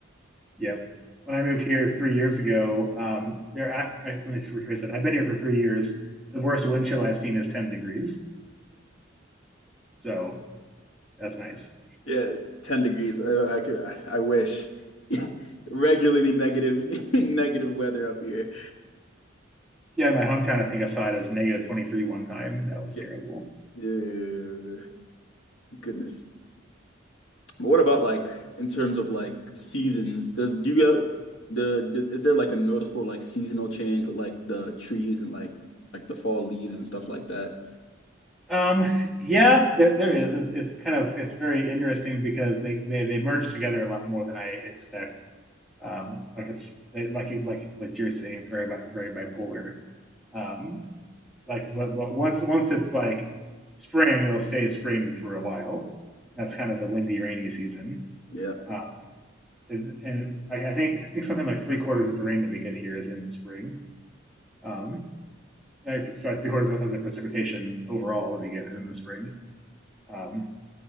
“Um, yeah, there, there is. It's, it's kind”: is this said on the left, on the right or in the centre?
Centre